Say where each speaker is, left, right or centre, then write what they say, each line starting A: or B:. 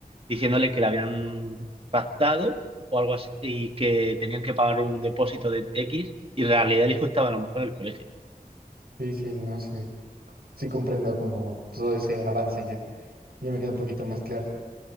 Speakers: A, on the right; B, on the right.
A: diciéndole que le habían raptado o algo así y que tenían que pagar un depósito de X y en realidad el hijo estaba a lo mejor en el colegio.
B: sí, sí, no, sí. sí comprendo como todo ese avance ya. Yo me queda un poquito más claro.